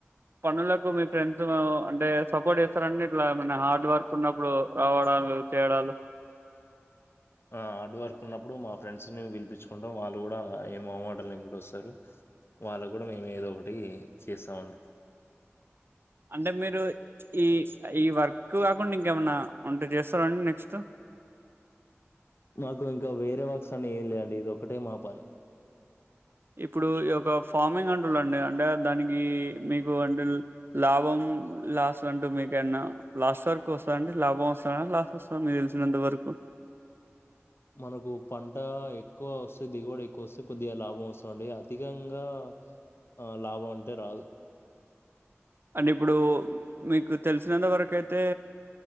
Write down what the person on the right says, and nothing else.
పనులకు మీ ఫ్రెండ్స్ అంటే సపోర్ట్ చేస్తారండి ఇట్లా ఏమన్నా హార్డ్ వర్క్ ఉన్నప్పుడు రావడాలు చేయడాలు
అంటే మీరు ఈ ఈ వర్క్ <unintelligible> ఇంకేమైన్నా ఉంటే చేస్తారండి నెక్స్ట్
ఇప్పుడు ఈ ఒక ఫార్మింగ్ అంటూలండి అంటే దానికి మీకు అంటే లాభం లాస్ అంటే మీకన్నా లాస్ట్ వరకు వస్తందండి లాభం వస్తుంద లాస్ వస్తుంద మీరు తెలిసినంత వరకు
అంటే ఇప్పుడు మీకు తెలిసినంతవరకు అయితే